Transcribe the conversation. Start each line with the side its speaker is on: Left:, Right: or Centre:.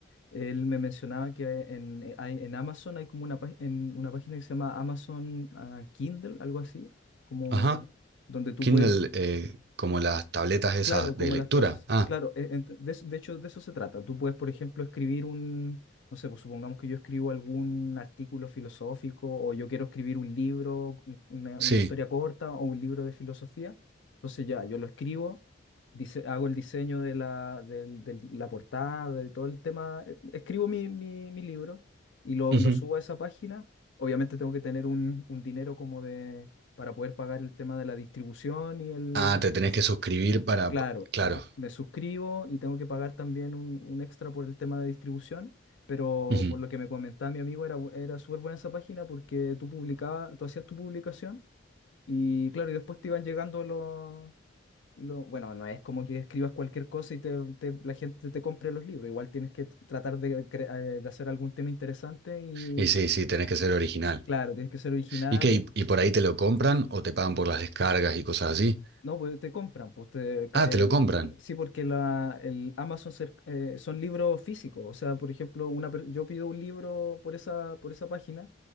Left: él me mencionaba que en, eh, hay- en Amazon hay como una, pag- en una página que se llama Amazon ah, Kindle, algo así, como
Right: ajá.
Left: donde tú
Right: Kindle,
Left: puedes
Right: eh, como las tabletas esas
Left: Claro, como
Right: de lectura.
Left: las tab-
Right: Ah,
Left: claro, e- ent- de, es- de hecho de eso se trata. Tú puedes, por ejemplo, escribir un, no sé, pues supongamos que yo escribo algún artículo filosófico o yo quiero escribir un libro, un- una,
Right: sí.
Left: una historia corta o un libro de filosofía. Entonces ya, yo lo escribo, dise- hago el diseño de la, del- del- la portada, de todo el tema, eh, escribo mi, mi- mi libro y lo,
Right: ujú.
Left: lo Ujú. subo a esa página. Obviamente tengo que tener un, un dinero como de, para poder pagar el tema de la distribución y el
Right: Ah, te tenés que suscribir para...
Left: Claro,
Right: Claro.
Left: tengo- me suscribo y tengo que pagar también un, un extra por el tema de distribución, pero
Right: ujú.
Left: por lo que me comentaba mi amigo era, bu- era súper buena esa página porque tú publicabas, tú hacías tu publicación y claro, y después te iban llegando los, los- bueno, no es como que escribas cualquier cosa y te, te- la gente te compre los libros, igual tienes que tr- tratar de, cre- eh, de hacer algún tema interesante y
Right: Y sí, sí, tenés que ser original.
Left: claro, tienes que ser original
Right: ¿Y qué? ¿Y y por ahí te lo compran o te pagan por las descargas y cosas así?
Left: No, pues te compran, pues te, ca-
Right: Ah,
Left: el,
Right: te lo compran.
Left: sí, porque la, el Amazon cer- eh, son libros físicos, o sea, por ejemplo, una, per- yo pido un libro por esa, por esa página